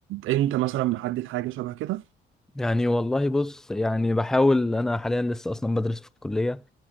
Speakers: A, on the right; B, in the centre.
A: أنت مثلا محدد حاجة شبه كده؟
B: يعني والله بص يعني بحاول انا حاليا لسه اصلا بدرس في الكلية